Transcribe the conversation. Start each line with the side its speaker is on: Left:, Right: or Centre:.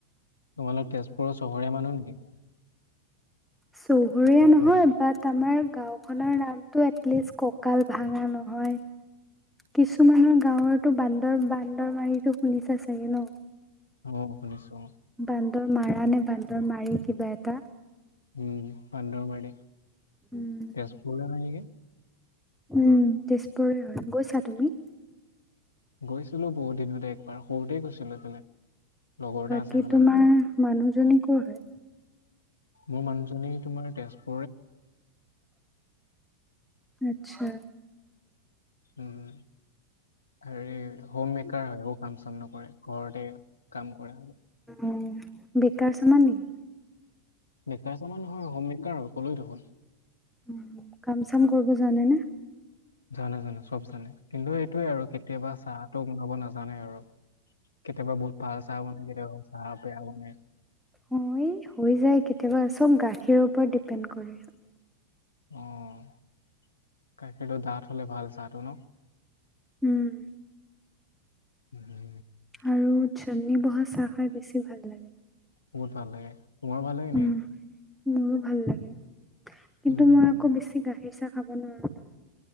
Left: তোমালোক তেজপুৰৰ চহৰীয়া মানুহ নেকি?
Centre: চহৰীয়া
Left: নকবা
Centre: নহয়। তাত আমাৰ গাওখনৰ নামটো এটলিষ্ট ককাল ভাঙা নহয়। কিছুমানৰ গাঁৱতো বান্দৰ বান্দৰ মাৰিটো শুনিছা চাগে ন?
Left: অঁ, শুনিছো।
Centre: বান্দৰ মাৰা নে বান্দৰ মাৰি কিবা এটা।
Left: উম বান্দৰ মাৰি
Centre: উম
Left: তেজপুৰ হয় নেকি?
Centre: উম তেজপুৰৰে হয়, গৈছা তুমি?
Left: গৈছিলো বহুত দিনতে একবাৰ সৰুতে গৈছিলো সেইফালে লগৰ এটা
Centre: বাকী
Left: আছে সেইফালে
Centre: তোমাৰ
Left: মোৰ।
Centre: মানুহজনী কৰ হয়?
Left: মোৰ মানুহজনী তোমাৰ তেজপুৰ
Centre: আচ্ছা।
Left: উম। হেৰী হোম মেকাৰ হয় একো কাম চাম নকৰে ঘৰতে কাম কৰে।
Centre: উম, বেকাৰ চামান নেকি?
Left: বেকাৰ চামান নহয় হোম মেকাৰ হয় ক'লোৱে দেখোন।
Centre: উম, কাম চাম কৰিব জানেনে?
Left: জানে জানে চব জানে কিন্তু এইটোৱে আৰু কেতিয়াবা চাহটো বনাব নাজানে আৰু। কেতিয়াবা বহুত ভাল চাহ বনাই কেতিয়াবা চাহ বেয়া বনাই।
Centre: অ এই হৈ যায় কেতিয়াবা চব গাখীৰৰ ওপৰত ডিপেণ্ড কৰে।
Left: অঁহ গাখীৰটো ডাঠ হ'লে ভাল চাহটো ন?
Centre: উম।
Left: উম।
Centre: আৰু চেন্নি বহা চাহ খাই বেছি ভাল লাগে।
Left: বহুত ভাল লাগে। তোমাৰো ভাল লাগে
Centre: উম
Left: নেকি?
Centre: মোৰো ভাল লাগে। কিন্তু
Left: উম,
Centre: মই আকৌ বেছি গাখীৰ চাহ খাব নোৱাৰোঁ ন।